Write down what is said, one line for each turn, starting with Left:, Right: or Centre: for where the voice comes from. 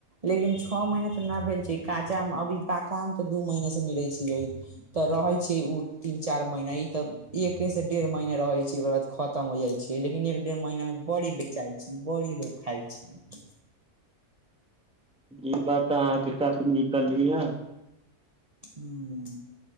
Right: लेकिन छओ महीना तऽ नहि भेल छै काँचा आम अभी पाका मे तऽ दू महीने से मिले छीय तऽ रहै छै ओ तीन चार महीना ई तऽ एके से डेढ़ महीना रहै छै ओकर बाद खतम हो जाइ छै लेकिन एक डेढ़ महीना मे बढ़ी बेचाइ छै बड़ी लोग खाइ छै
Centre: ई बात तऽ अहाँके सा <unintelligible> निकलली है
Right: हूं